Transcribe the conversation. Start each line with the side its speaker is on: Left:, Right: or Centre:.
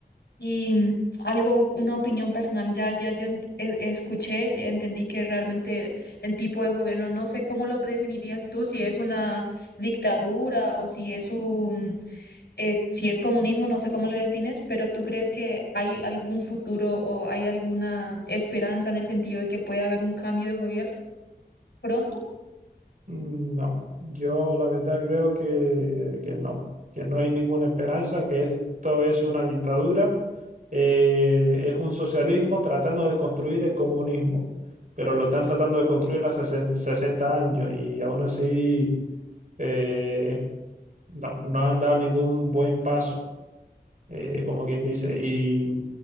Left: Y mm, algo, una opinión personal, ya, ya yo ent- e- escuché, entendí que realmente el tipo de gobierno, no sé cómo lo definirías tú, si es una dictadura o si es un, eh, si es comunismo, no sé cómo lo defines, pero ¿tú crees que hay algún futuro o hay alguna esperanza en el sentido de que puede haber un cambio de gobierno pronto?
Right: Mm, No, yo la verdad creo que, que no, que no hay ninguna esperanza, que esto es una dictadura, eh, es un socialismo tratando de construir el comunismo, pero lo están tratando de construir hace 60, 60 años y aún así eh, no, no han dado ningún buen paso eh, como quien dice, y